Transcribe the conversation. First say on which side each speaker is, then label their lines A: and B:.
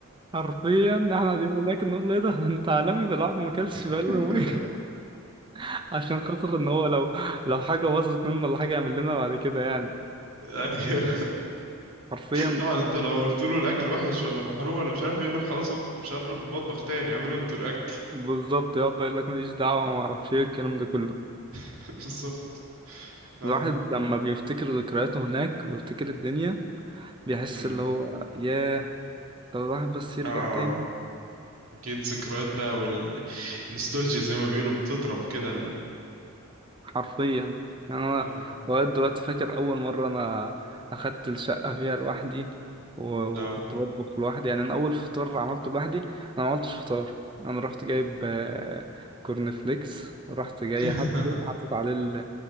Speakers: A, on the right; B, on the right.
A: حرفيا احنا قاعدين هناك نقول له ايه ده <laughs> انت عالمي ده الواحد ما اكلش بقاله
B: <laughs>
A: يومين <laughs> عشان خاطر ان هو لو لو حاجه باظت منه ولا حاجه يعمل لنا بعد كده يعني
B: ايوه
A: حرفيا
B: طبعا انت لو قلت له الاكل وحش ولا محروق ولا مش عارف يقول لك خلاص هو مش هقرب المطبخ تاني اعملوا انتوا الاكل
A: بالظبط يقعد بقى يقول لك ماليش دعوه وما اعرفش ايه الكلام ده كله
B: <laughs> بالظبط اه
A: الواحد لما بيفتكر ذكرياته هناك ويفتكر الدنيا بيحس
B: امم
A: اللي هو ياه لو الواحد بس يرجع
B: اه
A: تاني
B: اكيد ذكريات بقى والنستولجيا زي ما بيقولوا بتضرب كده
A: حرفيا يعني انا
B: امم
A: لغايه دلوقتي فاكر اول مره انا اخدت الشقه فيها لوحدي و- وكنت
B: اه
A: بطبخ لوحدي يعني انا اول فطار عملته لوحدي انا ما عملتش فطار انا رحت جايب آه، كورن فليكس ورحت جاي
B: <laughs>
A: حاطه حاطط عليه ال-